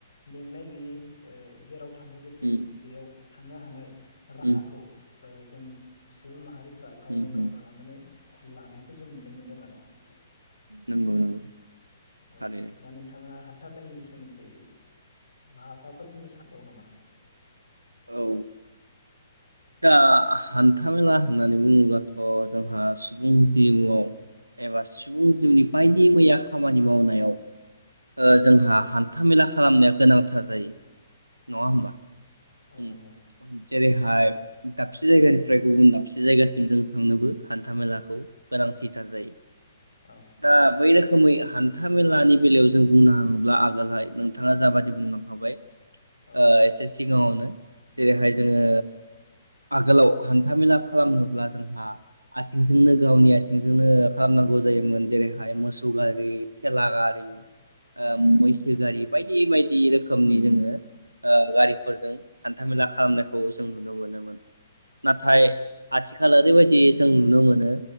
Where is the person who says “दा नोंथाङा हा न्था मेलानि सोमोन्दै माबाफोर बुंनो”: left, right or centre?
Left